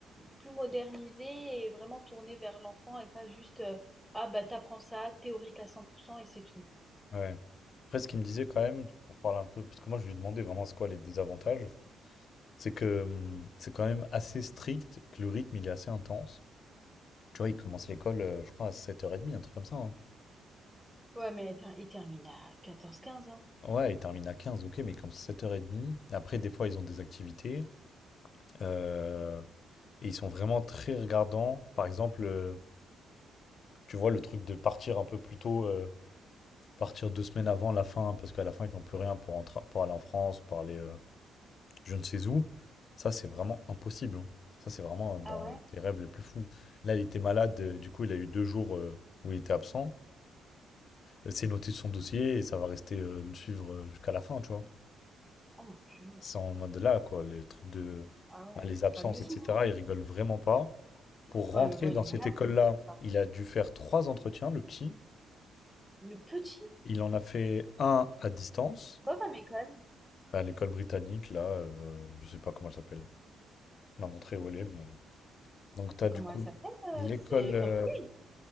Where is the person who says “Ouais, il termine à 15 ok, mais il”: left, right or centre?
Left